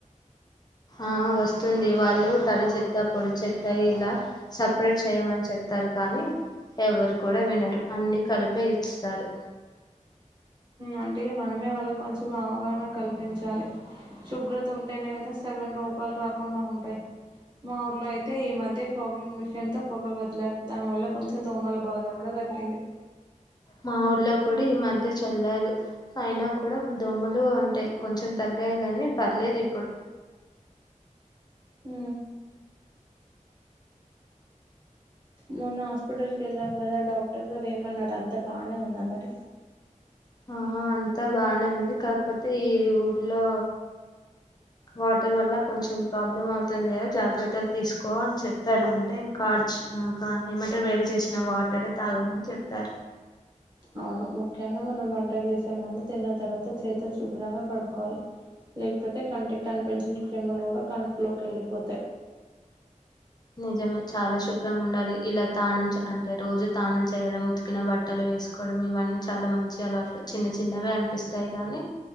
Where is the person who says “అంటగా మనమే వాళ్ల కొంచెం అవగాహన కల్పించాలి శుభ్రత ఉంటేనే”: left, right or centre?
Right